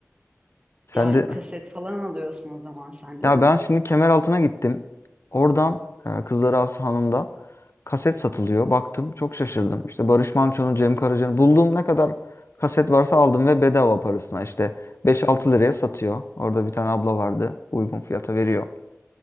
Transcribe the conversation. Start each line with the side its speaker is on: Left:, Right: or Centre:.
Left: Sen
Right: Yani
Left: de
Right: kaset falan alıyorsun o zaman sen
Left: ya
Right: değil mi?
Left: ben şimdi Kemeraltı'na gittim. Oradan e, Kızlarağası Hanı'nda kaset satılıyor. Baktım çok şaşırdım. İşte Barış Manço'nun, Cem Karaca'nın bulduğum ne kadar kaset varsa aldım ve bedava parasına işte 5-6 liraya satıyor. Orada bir tane abla vardı. Uygun fiyata veriyor.